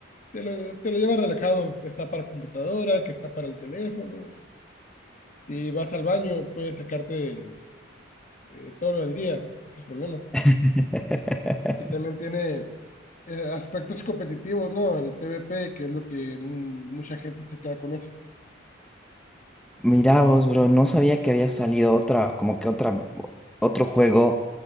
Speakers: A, on the left; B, in the centre.
A: Te lo, te lo llevas relajado, está para computadora, que está para el teléfono. Si vas al baño, puedes sacarte el- eh, todo lo del día, sin problema.
B: <laughs>
A: Y también tiene eh, aspectos competitivos, ¿no? El PvP, que es lo que mu- mucha gente se queda con eso.
B: Mirá vos, bro, no sabía que había salido otra, como que otra, otro juego